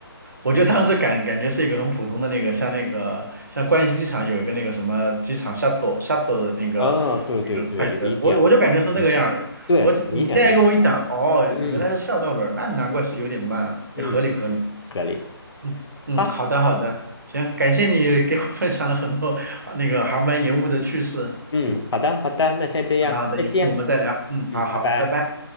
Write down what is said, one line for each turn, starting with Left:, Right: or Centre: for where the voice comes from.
Right: 我就当时感感觉是一个很普通的那个，像那个像关西机场有一个那个什么机场 shuttle shuttle 的那个那个快车，
Left: 啊，对对对，有一点，
Right: 我我就感觉是那个样儿。
Left: 嗯，对，
Right: 我你现在跟我一讲，
Left: 有一点那个，
Right: 哦，原来是校吊轮儿那难怪是有点慢啊，
Left: 嗯嗯，
Right: 也合理合理。
Left: 可以，
Right: 嗯嗯，
Left: 好，
Right: 好的好的，行，感谢你给我 <laughs> 分享了很多 <laughs> 那个航班延误的趣事。
Left: 嗯，好的好的，那先这样，
Right: 好的好的，
Left: 再见，
Right: 有空我们再聊。嗯，
Left: 嗯，
Right: 好好，
Left: 拜拜。
Right: 拜拜。